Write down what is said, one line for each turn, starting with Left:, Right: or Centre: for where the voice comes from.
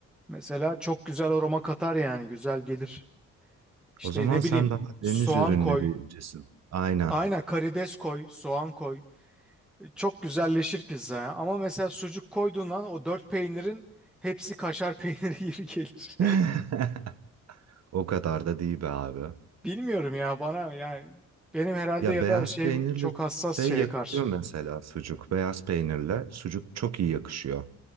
Centre: Mesela çok güzel aroma katar yani güzel gelir. İşte
Right: O zaman
Centre: ne
Right: sen
Centre: bileyim
Right: daha
Centre: soğan
Right: deniz ürünlerincisin.
Centre: koy.
Right: Aynen.
Centre: Aynen karides koy, soğan koy. E, Çok güzelleşir pizza ya. Ama mesela sucuk koyduğun an o dört peynirin hepsi kaşar peyniri <laughs> gibi gelir.
Right: <laughs> O kadar da değil be abi.
Centre: Bilmiyorum ya bana yani benim herhalde
Right: Ya
Centre: ya
Right: beyaz
Centre: da şeyim
Right: peynirli
Centre: çok hassas
Right: şey
Centre: şeye
Right: yakışıyor
Centre: karşı.
Right: mesela sucuk. Beyaz peynirle sucuk çok iyi yakışıyor.